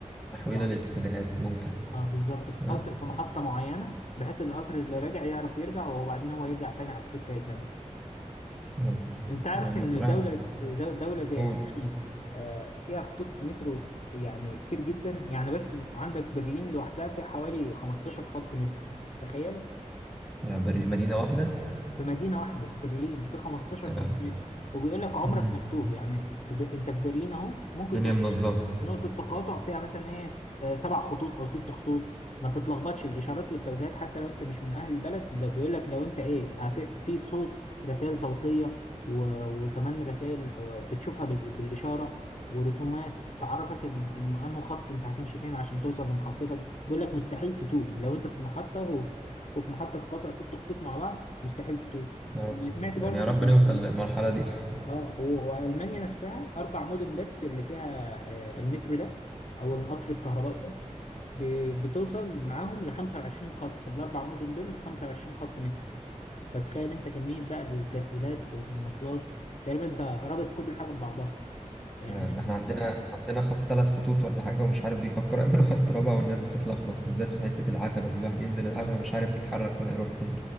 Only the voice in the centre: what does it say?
تحويلة
للاتجاهات ممكن
اه
ممكن.
هم
الصراحة
قول
يا بري مدينة واحدة
آه.
مم.
الدنيا
منظمة
اه
يعني
يا
رب نوصل للمرحلة دي
يعني ده احنا عندنا عندنا خط ثلاث خطوط ولا حاجة ومش عارف بيفكروا يعملوا <laughs> خط رابع والناس بتتلخبط بالذات في حتة العتبة دي الواحد ينزل العتبة
مش عارف يتحرك ولا يروح فين